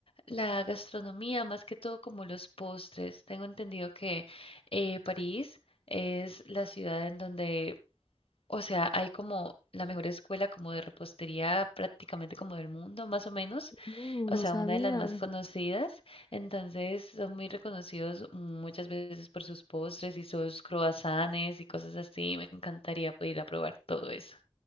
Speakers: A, on the left (about 65°); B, on the left (about 40°).
A: la gastronomía, más que todo como los postres. Tengo entendido que eh, París es la ciudad en donde o sea, hay como la mejor escuela como de repostería prácticamente como del mundo, más o menos.
B: Uh,
A: O
B: no
A: sea,
B: sabía.
A: una de las más conocidas. Entonces, son muy reconocidos muchas veces por sus postres y sus croissants y cosas así. Me encantaría poder ir a probar todo eso.